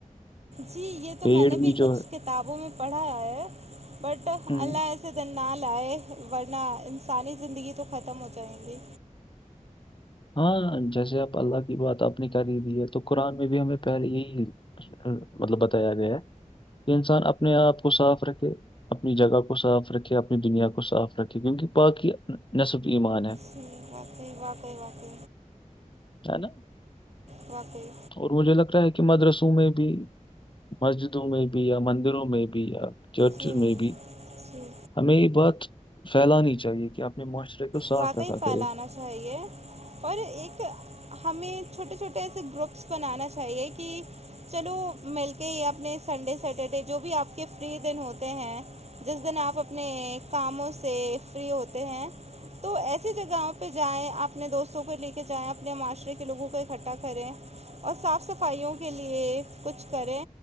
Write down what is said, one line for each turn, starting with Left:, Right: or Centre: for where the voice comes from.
Right: جی یہ تو
Left: پیڑ
Right: میں نے بھی کچھ
Left: جو ہے
Right: کتابوں میں پڑھا ہے بٹ
Left: ہم،
Right: اللہ سے دن نہ لائے ورنہ انسانی زندگی تو ختم ہو جائ گی
Left: ہاں جیسے آپ اللہ کی بات آپ نے کر ہی دی ہے تو قرآن میں بھی ہمیں پہلے یہی مطلب بتایا گیا ہے کہ انسان اپنے آپ کو صاف رکھے اپنی جگہ کو صاف رکھے اپنی دنیا کو صاف رکھے کیونکہ پاک ہی نصف ایمان ہے
Right: بس باقئی بق
Left: ہے نا
Right: بقی
Left: اور مجھے لگ رہا ہے کہ مدرسوں میں بھی مسجدوں میں بھی یا مندروں میں بھی یا چرچ
Right: جی
Left: میں بھی
Right: جی
Left: ہمیں یہ بات پھیلانی چاہیے کہ آنے معاشرے کو صاف
Right: واقعی
Left: رکھا
Right: پھیلانا
Left: کرے
Right: چاہیے اور ایک ہمیں چھوٹے چھوٹے ایسے گروپس بنانا چاہیے کہ چلو مل کے یہ اپنے سنڈے سیٹرڈے جو بھی آپ کے فری دن ہوتے ہیں جس دن آپ اپنے کاموں سے فری ہوتے ہیں تو ایسی جگہوں پہ جائیں اپنے دوستوں کو لے کے جائیں اپنے معاشرے کے لوگوں کو اکٹھا کریں اور صاف صفائیوں کے لیے کچھ کریں